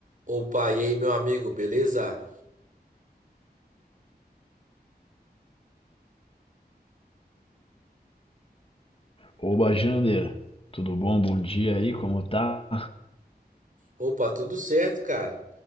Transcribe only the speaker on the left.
Oba, Jander, tudo bom? Bom dia aí, como tá?